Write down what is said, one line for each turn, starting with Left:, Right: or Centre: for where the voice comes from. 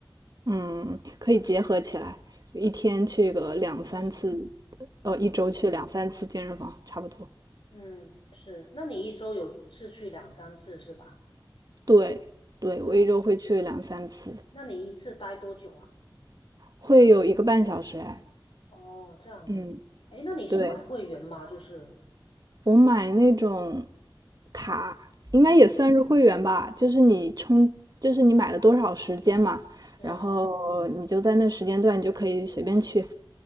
Right: 嗯，可以结合起来，一天去个两三次，
Left: 嗯
Right: 呃，一周去两三次健身房，
Left: 嗯
Right: 差不多。
Left: 嗯，是。那你一周有次去两三次是吧？
Right: 对，对，
Left: 哦，
Right: 我一周会去两三次，
Left: 那你一次待多久啊？
Right: 会有一个半小时哎。
Left: 哦，这样子。
Right: 嗯，
Left: 哎，那你是买会员吗？
Right: 对，
Left: 就是，
Right: 我买那种卡，应该也算是会员吧，
Left: 嗯
Right: 就是你充，就是你买了多少时间嘛，
Left: 嗯，
Right: 然后你就在那时间段你就可以随便去。